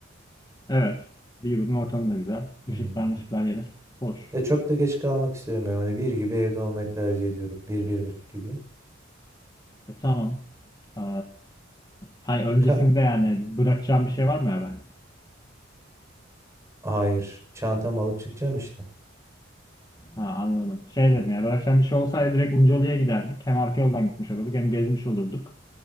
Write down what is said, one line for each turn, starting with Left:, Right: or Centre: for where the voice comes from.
Left: Evet. Beaver'ın ortamı da güzel. Işıklar
Right: Hmm.
Left: mışıklar yeriz. Hoş.
Right: Ya çok da geç kalmak istemiyorum. Hani bir gibi evde olmayı tercih ediyorum. Bir, bir buçuk gibi.
Left: E tamam. Ee, hayır öncesinde
Right: Bir ka-
Left: yani bırakacağım bir şey var mı ya ben?
Right: Hayır. Çantamı alıp çıkacağım işte.
Left: Ha anladım. Şey dedim ya bırakacağım bir şey olsaydı direkt Uncalı'ya giderdik. Hem arka yoldan gitmiş olurduk hem gezmiş olurduk.